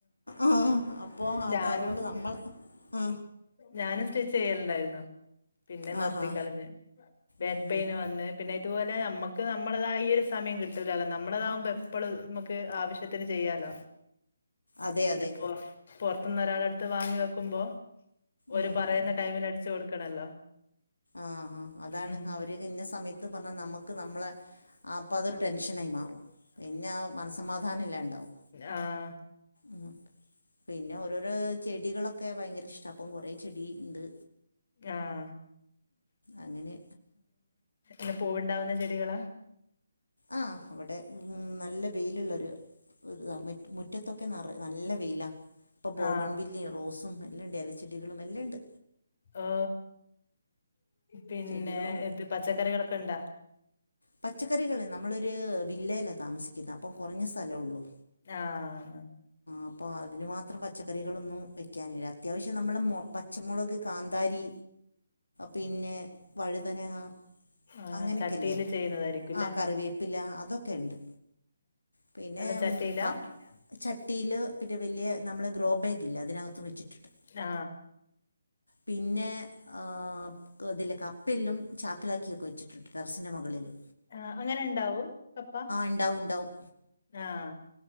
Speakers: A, on the left; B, on the left.
A: ആഹ് അപ്പൊ
B: ഞാനും
A: അതുകൊണ്ട് നമ്മൾ ആ
B: ഞാനും സ്റ്റിച്ച് ചെയ്യലുണ്ടായിരുന്നു. പിന്നെ നിർത്തി
A: ആഹാ
B: കളഞ്ഞ് ബാക്ക്
A: ഉം,
B: പെയിന്
A: ഉം.
B: വന്ന് പിന്നെ ഇതുപോലെ നമ്മുക്ക് നമ്മളതയ ഒരു സമയം കിട്ടൂലല്ലോ നമ്മളതാവമ്പോ എപ്പഴും നമുക്ക് ആവശ്യത്തിന് ചെയ്യാലോ.
A: അതെ അതെ
B: ഇതിപ്പോ പുറത്തുന്ന് ഒരാളടുത്ത് വാങ്ങി വെക്കുമ്പോ ഒരു
A: ഉം,
B: പറയുന്ന ടൈമിൽ അടിച്ചു കൊടുക്കണല്ലോ.
A: ആഹാ അതാണ്
B: ഉം.
A: അവ ന്ന സമയത്ത് പറഞ്ഞ നമ്മക്ക് നമ്മളെ അപ്പത്തൊരു ടെൻഷൻ ആയി മാറും. മനസമാധാനംല്ലാണ്ടാവും.
B: ആഹ്
A: ഉം പിന്നെ ഓരോരോ ചെടികളൊക്കെ ഭയങ്കര ഇഷ്ട. പ്പം കുറെ ചെടി ണ്ട്.
B: ആഹ്
A: അങ്ങനെ
B: പിന്നെ പൂവുണ്ടാവുന്ന ചെടികളാ?
A: ആഹ് അവിടെ നല്ല വെയിലുള്ളൊരു ഇതാ മുറ്റത്തൊക്കെ നല്ല വെയിലാ. ഇപ്പൊ ബോഗൺ
B: ആ
A: വില്ലിയ റോസും എല്ലണ്ട് ഇലച്ചെടികളും എല്ലണ്ട്.
B: ഓ പിന്നെ
A: ചെടികളും
B: പച്ചക്കറികളൊക്കെണ്ടാ?
A: പച്ചക്കറികളെ നമ്മളൊരു വില്ലേലാ താമസിക്കുന്ന അപ്പം കുറഞ്ഞ സ്ഥലള്ളൂ.
B: ആഹ്
A: അപ്പൊ അതിന് മാത്രം പച്ചക്കറികളൊന്നും വെക്കാനില്ല അത്യാവശ്യം നമ്മളമൊ പ പച്ചമുളക് കാന്താരി പിന്നെ വഴുതനങ്ങാ
B: ആ
A: അങ്ങനെയൊക്കല്ലേ
B: ചട്ടിയില് ചെയ്യുന്നതായിരിക്കും അല്ലേ
A: ആ കറിവേപ്പില അതൊക്കെ ഉണ്ട് പിന്നെ
B: അല്ല ചട്ടിയിലാ
A: കപ്പ ചട്ടിയിൽ പിന്നെ വലിയ നമ്മളെ ഗ്രോ ബാഗില്ല അതിനകത്തും വെച്ചിട്ടിട്ട്
B: ആഹ
A: പിന്നെ ആഹ് ഇതില്ലേ കപ്പ ഇപ്പലും ചാക്കിലാക്കിയൊക്കെ വെച്ചിട്ടുണ്ട് ടെറസിൻ്റെ മുകളില്
B: ആഹ് അങ്ങനെ ഉണ്ടാവും കപ്പ
A: ഉണ്ടാവും ഉണ്ടാവും
B: ആഹ